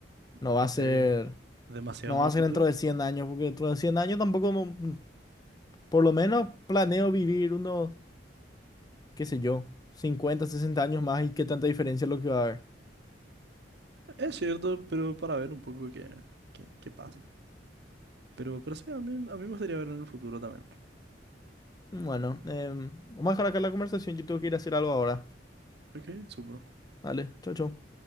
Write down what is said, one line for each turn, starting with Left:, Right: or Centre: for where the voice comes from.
Left: no
Right: Ok,
Left: va a ser.
Right: demasiado
Left: No va
Right: en el
Left: a ser
Right: futuro.
Left: dentro de 100 años, porque dentro de 100 años tampoco, no- por lo menos planeo vivir unos, qué sé yo, 50 60 años más y qué tanta diferencia es lo que va a haber.
Right: Es cierto, pero para ver un poco qué, qué, qué pasa. Pero, pero sí, a mí, a mí me gustaría ver en el futuro también.
Left: Bueno, em, vamos a dejar acá la conversación, yo tengo que ir a hacer algo ahora.
Right: Ok, súper.
Left: Vale, chao, chao.